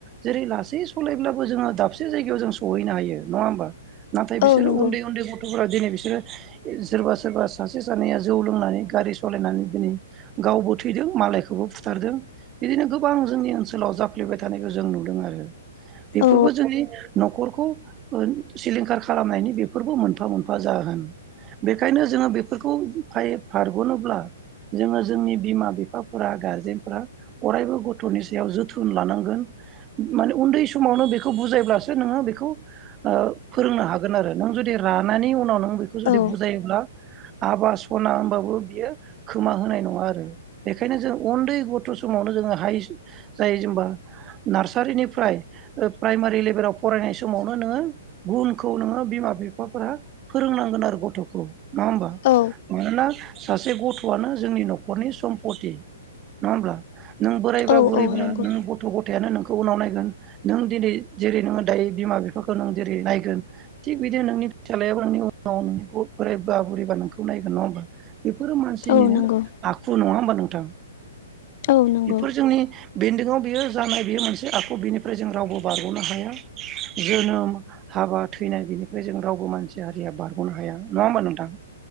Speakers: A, on the right (about 25°); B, on the left (about 50°).
A: जेरै लासै सालायब्लाबो जोङो दाबसे जायगायाव जों सहैनो हायो नङा होमबा। नाथाय
B: औ
A: बिसोरो
B: नंगौ
A: उन्दै उन्दै गथ'फोरा दिनै बिसोरो सोरबा सोरबा सासे सानैया जौ लोंनानै गारि सलायनानै दिनै गावबो थैदों मालायखौबो फुथारदों बिदिनो गोबां जोंनि ओनसोलाव जाफ्लेबाय थानायखो जों नुदों आरो बेफोरबो
B: औ
A: जोंनि न'खरखौ ओरों सिलिंखार खालामनायनि बिफोरबो मोनफा मोनफा जाहोन बेखायनो जोङो बे फोरखौ फाय फारग'नोब्ला जोङो जोंनि बिमा बिफाफोरा गारजेनफोरा अरायबो गथ'नि सायाव जोथोन लानांगोन माने उन्दै समावनो बिखौ बुजायब्लासो नोङो बेखौ ओ फोरोंनो हागोन आरो नों जुदि रानानै उनाव नों बेखौ जुदि
B: औ
A: बुजायोब्ला आबा सना होनबाबो बियो खोमा होनाय नङा आरो। बेखायनो जों उन्दै गथ' समावनो जोङो ह्साइ जायो जेनेबा नार्सारिनिफ्राय ओ प्राइमारि लेभेलाव फरायनाय समावनो नोङो गुनखौ नोङो बिमा बिफ बिफाफोरा फोरोंनांगोन आरो गथ'खौ नङा होमबा
B: औ
A: मानोना सासे गथ'आनो जोंनि न'खरनि सम्पति नङा होमब्ला। नों बोराइबा
B: औ
A: बुरैब्ला
B: औ नंगौ
A: नों गथ' गथायानो नों उनाव नायगोन नों दिनै जेरै नोङो दायो बिमा बिफाखौ नों जेरै नायगोन थिग बिदिनो नोंनि फिसालायाबो नोंनि उनाव नोंनि बोरायै बा बुरिबा नोंखो खौ नायगोन नङा होमबा। बेफोरो मानसिनिनो
B: औ नंगौ
A: आखु नङा होमबा नोंथां।
B: औ नंगौ
A: बेफोर जोंनि बेन्दोंआव बियो जानाय बेयो मोनसे आखु बेनिफ्राय जों रावबो बारगनो हाया <unintelligible> जोनोम हाबा थैनाय बेनिफ्राय जों रावबो मानसि हारिया बारगनो हाया नङा होमबा नोंथां